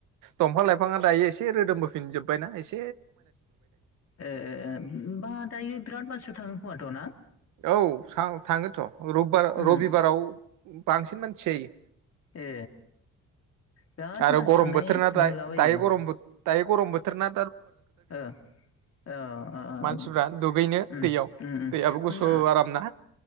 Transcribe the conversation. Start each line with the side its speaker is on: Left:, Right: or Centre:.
Right: दंफां लाइफाङा दायो एसे से रोदोम बोफिनजोबबायना एस
Left: ए बा दायो बिराद मानसिफोर थाङो खोमाथ' ना?
Right: औ थाङोथ'। रबबार
Left: उम
Right: रबिबाराव बांसिन मानसि जायो।
Left: ए बिराद
Right: आरो
Left: मानसि
Right: गरम
Left: थांनाय
Right: बोथोरना दा
Left: नुलाबायो।
Right: दायो गरम दायो गरम बोथोर ना
Left: ओ ओ आ आ
Right: मानसिफ्रा
Left: ओं
Right: दुगैनो
Left: उम
Right: दैयाव
Left: उम
Right: दैयाबो गुसु
Left: नोङा
Right: आरामना।